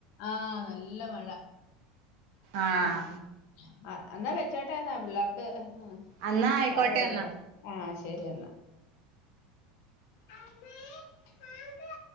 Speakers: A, on the left; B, on the right.
A: ആഹ് നല്ല മഴ
B: ആഹ്
A: ഉം അന്നാ വെച്ചോട്ടായിന്നാ പിള്ളേർക്ക് ഉം
B: അന്നാ ആയിക്കോട്ടെ
A: ചായ കൊടുക്കട്ടെ
B: എന്നാ
A: ആഹ് ശരി എന്നാ അമ്മേ. ചായ താ..